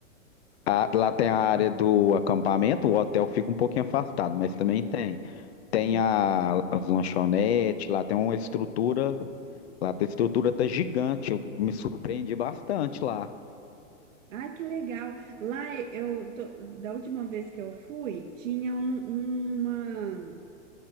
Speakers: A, on the left; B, on the right.
A: a- lá tem a área do acampamento, o hotel fica um pouquinho afastado, mas também tem. Tem
B: Hum.
A: a, as lanchonetes, lá tem uma estrutura, lá tem- a estrutura tá gigante, eu me surpreendi bastante lá.
B: Ai, que legal. Lá eu tô, da última vez que eu fui, tinha um- uma